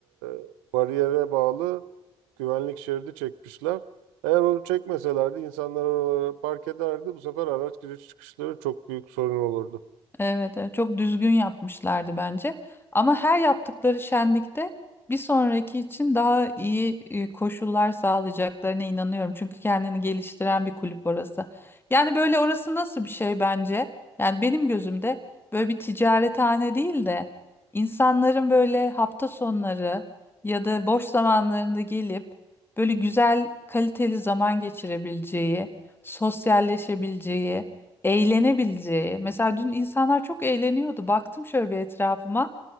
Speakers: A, on the right; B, on the left.
A: e, bariyere bağlı güvenlik şeridi çekmişler. Eğer onu çekmeselerdi insanlar oralara park ederdi. Bu sefer araç giriş çıkışları çok büyük sorun olurdu.
B: Evet, evet, çok düzgün yapmışlardı bence. Ama her yaptıkları şenlikte bir sonraki için daha iyi e, koşullar sağlayacaklarına inanıyorum. Çünkü kendini geliştiren bir kulüp orası. Yani böyle orası nasıl bir şey bence? Yani benim gözümde böyle bir ticarethane değil de insanların böyle hafta sonları ya da boş zamanlarında gelip böyle güzel kaliteli zaman geçirebileceği, sosyalleşebileceği eğlenebileceği. Mesela dün insanlar çok eğleniyordu. Baktım şöyle bir etrafıma.